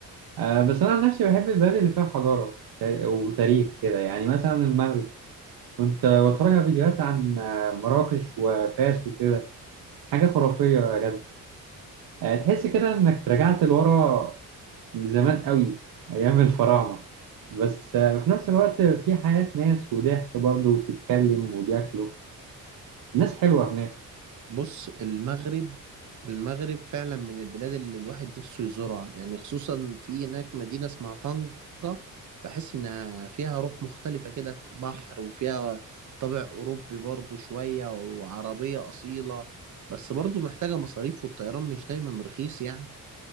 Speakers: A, on the right; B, on the right.
A: آه، بس أنا عن نفسي بحب البلد اللي فيها حضارة تار- وتاريخ كده يعني مثلا المغرب كنت بتفرج على فيديوهات عن آه، مراكش وفاس وكده حاجة خرافية يا جد آه، تحس كده إنك رجعت لورا لزمان قوي أيام الفراعنة بس آه، في نفس الوقت في حياة ناس وضحك برضو وبتتكلم وبياكلوا الناس حلوة هناك
B: بص المغرب المغرب فعلا من البلاد اللي الواحد نفسه يزورها يعني خصوصا في هناك مدينة اسمها طنجة بحس إنها فيها روح مختلفة كده بحر وفيها طابع أوروبي برضو شوية وعربية أصيلة بس برضو محتاجة مصاريف والطيران مش دايما رخيص يعني